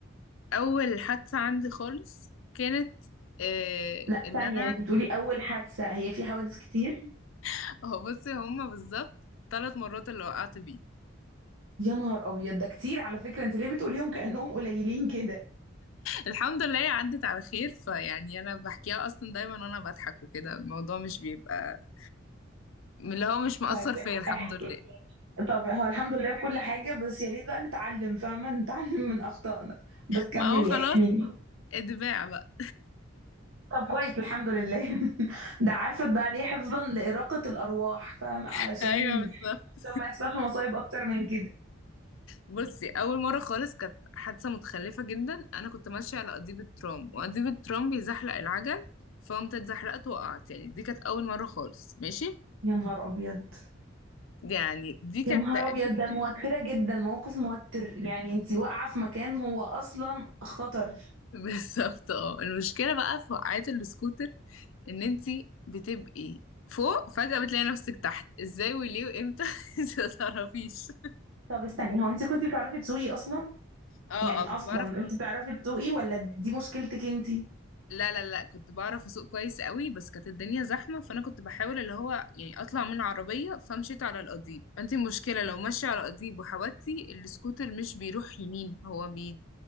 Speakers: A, on the left (about 80°); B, on the right (about 85°).
A: اول حادثه عندي خالص كانت آه
B: لا
A: ان
B: ثانية
A: انا
B: انت بتقولي اول حادثة هي في حوادث كتير
A: <laughs> هو بصي هما بالظبط ثلاث مرات اللي وقعت بيه
B: يا نهار ابيض ده كتير على فكرة انت ليه بتقوليهم كأنهم قليلين كده
A: الحمد لله هي عدت على خير فيعني انا بحكيها اصلا دايما وانا بضحك وكده الموضوع مش بيبقى اللي هو مش مقصر
B: طيب
A: فيا الحمد
B: احكي
A: لله
B: طب هو الحمد لله وكل حاجة بس يا ريت بقى نتعلم فاهمة نتعلم من اخطائنا بس كملي
A: ما هو خلاص
B: احكي لي
A: اتباع بقى
B: طب كويس الحمد لله <laughs> ده عارفة بقى ليه حفظا لإراقة الأرواح فاهمة
A: <laughs>
B: علشان
A: ايوه بالظبط
B: عشان ما يحصلش مصايب أكتر من كده
A: بصي اول مره خالص كانت حادثه متخلفه جدا انا كنت ماشيه على قضيب الترام وقضيب الترام بيزحلق العجل فقمت اتزحلقت وقعت يعني دي كانت اول مره خالص ماشي
B: يا نهار أبيض
A: يعني دي كانت
B: يا نهار
A: تقريبا
B: أبيض ده موترة
A: <laughs>
B: جدا موقف موتر يعني انتي واقعة في مكان هو أصلا خطر
A: بالظبط اه المشكله بقى في وقعات السكوتر ان انتي بتبقي فوق فجأة بتلاقي نفسك تحت ازاي وليه وامتى <laughs> انت ما تعرفيش
B: طب استني هو انتي كنتي بتعرفي تسوقي أصلا
A: اه
B: يعني
A: اه
B: أصلا
A: كنت بعرف
B: انتي بتعرفي تسوقي ولا دي مشكلتك انتي
A: لا لا لا كنت بعرف اسوق كويس قوي بس كانت الدنيا زحمه فانا كنت بحاول اللي هو يعني اطلع من العربيه فمشيت على القضيب انت المشكله لو ماشيه على القضيب وحودتي السكوتر مش بيروح يمين هو بي